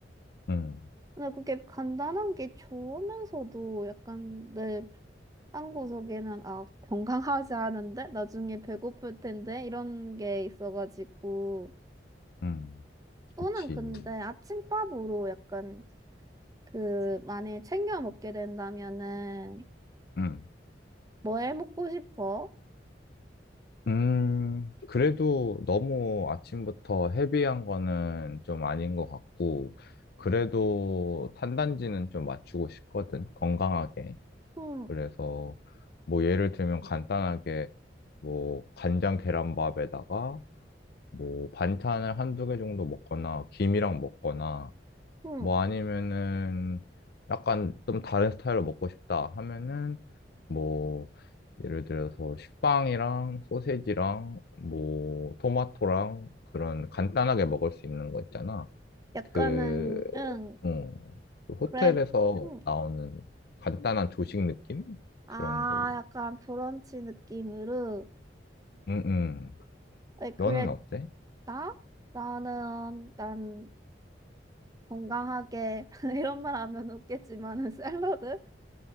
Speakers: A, on the left (about 60°); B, on the right (about 20°).
A: 음,
B: 근데 그게 간단한 게 좋으면서도 약간 내 딴 구석에는 아 건강하지 않은데 나중에 배고플 텐데 이런 게 있어가지고
A: 음,
B: 또는
A: 그치.
B: 근데 아침밥으로 약간 그 만약에 챙겨 먹게 된다면은
A: 음,
B: 뭐 해 먹고 싶어?
A: 음, 그래도 너무 아침부터 헤비한 거는 좀 아닌 것 같고, 그래도 탄단지는 좀 맞추고 싶거든, 건강하게.
B: 음,
A: 그래서 뭐 예를 들면 간단하게 뭐 간장 계란밥에다가 뭐 반찬을 한두 개 정도 먹거나 김이랑 먹거나
B: 음.
A: 뭐 아니면은 약간 좀 다른 스타일로 먹고 싶다 하면은 뭐 예를 들어서 식빵이랑 소세지랑 뭐 토마토랑 그런 간단하게 먹을 수 있는 거 있잖아.
B: 약간은
A: 그,
B: 응
A: 음, 그 호텔에서
B: 그래 음.
A: 나오는 간단한 조식 느낌?
B: 아
A: 그런 걸로.
B: 약간 브런치 느낌으로
A: 음, 음.
B: 왜 그래
A: 너는 어때?
B: 나? 나는 난 건강하게 <laughs> 이런 말 하면 웃겠지만은 샐러드?